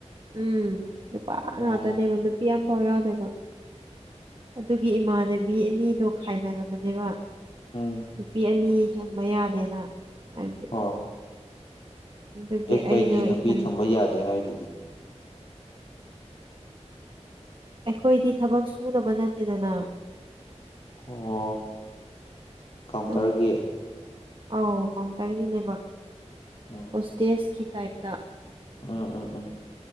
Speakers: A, on the right; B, on the left.
A: ꯎꯝ ꯅꯨꯄꯥ
B: ꯑꯣ
A: ꯉꯥꯛꯇꯅꯦꯕ ꯅꯨꯄꯤ ꯑꯃ ꯄꯥꯎ ꯌꯥꯎꯗꯕ ꯑꯗꯨꯒꯤ ꯏꯃꯥꯟꯅꯕꯤ ꯑꯅꯤꯗꯣ ꯈꯥꯏꯅꯔꯕꯅꯦꯕ
B: ꯎꯝ
A: ꯅꯨꯄꯤ ꯑꯅꯤ ꯊꯝꯕ ꯌꯥꯗꯦꯅ ꯍꯥꯏꯕꯗꯤ
B: ꯍ
A: ꯑꯗꯨꯒꯤ
B: ꯑꯦ ꯀꯩꯒꯤ
A: ꯑꯩꯗꯣ
B: ꯅꯨꯄꯤ
A: ꯏꯊꯟ
B: ꯊꯝꯕ ꯌꯥꯗꯦ ꯍꯥꯏꯔꯤꯗꯤ
A: ꯑꯩꯈꯣꯏꯗꯤ ꯊꯕꯛ ꯁꯨꯅꯕ ꯅꯠꯇꯦꯗꯅ
B: ꯑꯣ ꯀꯥꯎꯟꯇꯔꯒꯤ
A: ꯑꯗꯨꯝ ꯑꯧ ꯀꯥꯎꯟꯇꯔꯒꯤꯅꯦꯕ
B: ꯎꯝ
A: ꯄꯣꯁꯇꯦꯖꯀꯤ ꯇꯥꯏꯞꯇ
B: ꯎꯝ ꯎꯝ ꯎꯝ